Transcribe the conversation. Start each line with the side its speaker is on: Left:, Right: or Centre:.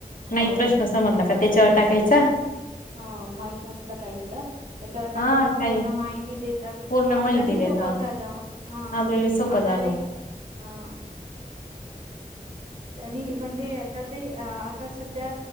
Right: हो
Left: नाही प्रश्न समजला का त्याच्या- अर्थ टाकायच
Right: हा माहीत नसल काही तर <unintelligible> याच्यावर टाकलं
Left: हा
Right: की
Left: काही
Right: पूर्ण माहिती देतात
Left: पूर्ण
Right: आपल्यालाही
Left: माहिती देता.
Right: सोपं झालं -ह
Left: आपल्याला सोपं
Right: आपल्याला
Left: झालं
Right: ही हा आणि म्हणजे आता ते आता सध्या